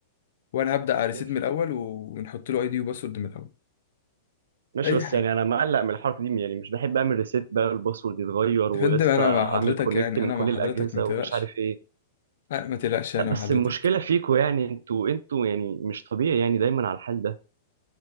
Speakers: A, on the left; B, on the right.
A: وانا هبدا على ريسيت
B: ماشي
A: من الاول و- ونحط له اي دي وباسورد من الاول
B: ماشي
A: اي
B: بس
A: حاجه
B: يعني أنا مقلق من الحركة دي يعني مش بحب أعمل ريسيت بقى الباسورد يتغير ولسه
A: يا فندم انا مع حضرتك
B: أعمل كونكت
A: يعني
B: من
A: انا
B: كل
A: مع حضرتك
B: الأجهزة
A: ما تقلقش
B: ومش عارف إيه
A: أه، ما تقلقش
B: لا
A: انا
B: بس
A: مع حضرتك
B: المشكلة فيكوا يعني أنتوا أنتوا يعني مش طبيعي يعني دايما على الحال ده